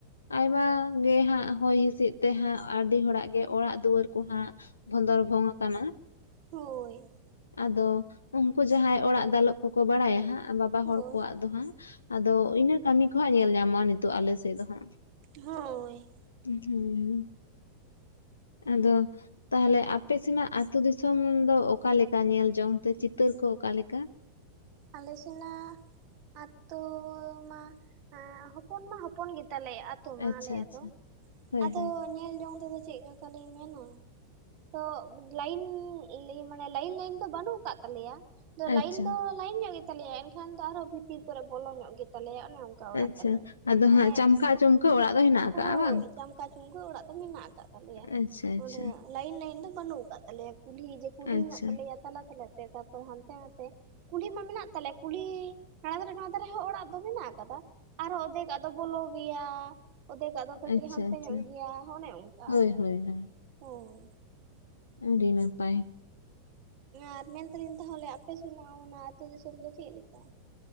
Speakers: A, on the left; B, on the right.
A: ᱟᱭᱢᱟ ᱜᱮ ᱦᱟᱸᱜ ᱦᱚᱭ ᱦᱤᱸᱥᱤᱫ ᱛᱮ ᱦᱟᱸᱜ ᱟᱹᱰᱤ ᱦᱚᱲᱟᱜ ᱜᱮ ᱚᱲᱟᱜ ᱫᱩᱣᱟᱹᱨ ᱠᱚ ᱦᱟᱸᱜ ᱵᱷᱚᱸᱫᱚᱨ ᱵᱷᱚᱝ ᱟᱠᱟᱱᱟ
B: ᱦᱳᱭ
A: ᱟᱫᱚ ᱩᱱᱠᱩ ᱡᱟᱦᱟᱸᱭ ᱚᱲᱟᱜ ᱫᱟᱞᱚᱵ ᱠᱚᱠᱚ ᱵᱟᱲᱟᱭᱟ ᱦᱟᱸᱜ ᱵᱟᱵᱟ
B: ᱦᱳᱭ
A: ᱦᱚᱲ ᱠᱚᱣᱟᱜ ᱫᱚ ᱦᱟᱸᱜ ᱟᱫᱚ ᱤᱱᱟᱹ ᱠᱟᱹᱢᱤ ᱠᱚ ᱦᱟᱸᱜ ᱧᱮᱞ ᱧᱟᱢᱚᱜᱼᱟ ᱱᱤᱛᱚᱜ ᱟᱞᱮ ᱥᱮᱫ ᱫᱚ ᱦᱟᱸᱜ
B: ᱦᱳᱭ
A: <unintelligible> ᱟᱫᱚ ᱛᱟᱦᱚᱞᱮ ᱟᱯᱮ ᱥᱮᱱᱟᱜ ᱟᱹᱛᱩ ᱫᱤᱥᱚᱢ ᱫᱚ ᱚᱠᱟ ᱞᱮᱠᱟ ᱧᱮᱞ ᱡᱚᱝ ᱛᱮ ᱪᱤᱛᱟᱹᱨ ᱠᱚ ᱚᱠᱟ ᱞᱮᱠᱟ?
B: ᱟᱞᱮ ᱥᱮᱱᱟᱜ ᱟᱛᱳ ᱢᱟ ᱦᱚᱯᱚᱱ ᱢᱟ ᱦᱚᱯᱚᱱ ᱜᱮᱛᱟ ᱞᱮ ᱛᱟ ᱢᱟ
A: ᱟᱪᱪᱷᱟ
B: ᱟᱞᱮᱭᱟᱜ
A: ᱟᱪᱪᱷᱟ
B: ᱫᱚ
A: ᱦᱳᱭ
B: ᱟᱫᱚᱼᱼ
A: ᱦᱳᱭ
B: ᱧᱮᱞ ᱡᱚᱝ ᱛᱮᱫᱚ ᱪᱮᱫ ᱞᱮᱠᱟ ᱞᱤᱧ ᱢᱮᱱᱟ ᱛᱚ ᱞᱟᱭᱤᱱᱼᱼ ᱞᱟᱹᱭ ᱢᱟᱱᱮ ᱞᱟᱹᱭᱤᱱ ᱞᱟᱹᱭᱤᱱ ᱫᱚ ᱵᱟᱹᱱᱩᱜ ᱟᱠᱟᱫ ᱛᱟᱞᱮᱭᱟ
A: ᱟᱪᱪᱷᱟ
B: ᱞᱟᱭᱤᱱ ᱫᱚᱼᱼ ᱞᱟᱭᱤᱱ ᱧᱚᱜ ᱜᱮᱛᱟ ᱞᱮᱭᱟ ᱮᱱᱠᱷᱟᱱ ᱫᱚ ᱟᱨᱦᱚᱸ ᱵᱷᱤᱛᱤᱨ ᱠᱚᱨᱮ ᱵᱚᱞᱚ ᱧᱚᱜ ᱜᱮ ᱛᱟᱞᱮᱭᱟ ᱚᱱᱮ ᱚᱱᱠᱟ ᱚᱲᱟᱜ
A: ᱟᱪᱪᱷᱟ
B: ᱛᱟᱞᱮ
A: ᱟᱫᱚ
B: ᱢᱟᱱᱮ
A: ᱦᱟᱸᱜ ᱪᱟᱢᱠᱟ ᱪᱩᱢᱠᱟᱹ ᱚᱲᱟᱜ ᱫᱚ ᱦᱮᱱᱟᱜ ᱟᱠᱟᱜᱼᱟ
B: ᱦᱳᱭ
A: ᱵᱟᱝ
B: ᱪᱟᱢᱠᱟ ᱪᱩᱢᱠᱟᱹ ᱚᱲᱟᱜ ᱫᱚ ᱢᱮᱱᱟᱜ ᱟᱠᱟᱫ ᱛᱟᱞᱮᱭᱟ
A: ᱟᱪᱪᱷᱟ
B: ᱚᱸᱰᱮ
A: ᱟᱪᱪᱷᱟ
B: ᱞᱟᱭᱤᱱ ᱞᱟᱭᱤᱱ ᱫᱚ ᱵᱟᱹᱱᱩᱜ ᱟᱠᱟᱫ ᱛᱟᱞᱮᱭᱟ ᱠᱩᱞᱦᱤ ᱡᱮ ᱠᱩᱞᱦᱤ
A: ᱟᱪᱪᱷᱟ
B: ᱢᱮᱱᱟᱜ ᱛᱟᱞᱮᱭᱟ ᱛᱟᱞᱟ ᱛᱟᱞᱟ ᱛᱮ ᱛᱟᱯᱚᱨ ᱦᱟᱱᱛᱮ ᱱᱟᱛᱮ ᱠᱩᱞᱦᱤ ᱢᱟ ᱢᱮᱱᱟᱜ ᱛᱟᱞᱮ ᱠᱩᱞᱦᱤ ᱦᱟᱱᱟ ᱫᱷᱟᱨᱮ ᱱᱚᱣᱟ ᱫᱷᱟᱨᱮ ᱦᱚᱸ ᱚᱲᱟᱜ ᱫᱚ ᱢᱮᱱᱟᱜ ᱟᱠᱟᱫᱟ ᱟᱨᱦᱚ ᱚᱫᱷᱮᱠ ᱟᱜ ᱫᱚ ᱵᱚᱞᱚ ᱜᱮᱭᱟ ᱚᱫᱷᱮᱠᱟᱜ ᱫᱚ
A: ᱟᱪᱪᱷᱟ
B: ᱠᱟᱹᱴᱤᱡ ᱦᱟᱱᱛᱮ
A: ᱟᱪᱪᱷᱟ
B: ᱧᱚᱜ ᱜᱮᱭᱟ ᱚᱱᱮ ᱚᱱᱠᱟ
A: ᱦᱳᱭ
B: ᱠᱟᱱ
A: ᱦᱳᱭ
B: ᱛᱟᱞᱮᱭᱟ
A: ᱦᱳᱭ
B: ᱦᱳᱭ
A: ᱟᱹᱰᱤ ᱱᱟᱯᱟᱭᱼᱼ
B: ᱟᱨ ᱢᱮᱱ ᱫᱟᱞᱤᱧ ᱛᱟᱦᱚᱞᱮ ᱟᱯᱮ ᱥᱮᱱᱟᱜ ᱚᱱᱟ ᱟᱹᱛᱩ ᱫᱤᱥᱚᱢ ᱫᱚ ᱪᱮᱫ ᱞᱮᱠᱟ?